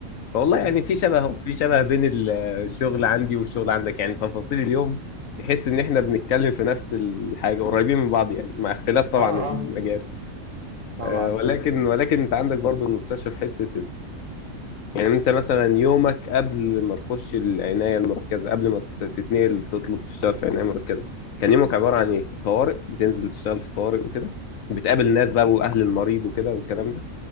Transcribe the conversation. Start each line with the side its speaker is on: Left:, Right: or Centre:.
Left: فوالله
Right: م.
Left: يعني في شبه اهو في شبه بين ال- آه الشغل عندي والشغل عندك يعني تفاصيل اليوم تحس ان احنا بنتكلم في نفس الحاجه قريبين من بعض يعني مع اختلاف طبعا
Right: اه
Left: المجال
Right: اه طبعا
Left: آه، ولكن ولكن انت عندك برضه المستشفى في حته يعني انت مثلا يومك قبل ما تخش العناية المركزة قبل ما ت- تتنقل تطلب تشتغل في عناية مركزة كان يومك عبارة عن ايه؟ طوارئ بتنزل تشتغل في الطوارئ وكده بتقابل ناس بقى واهل المريض وكده والكلام ده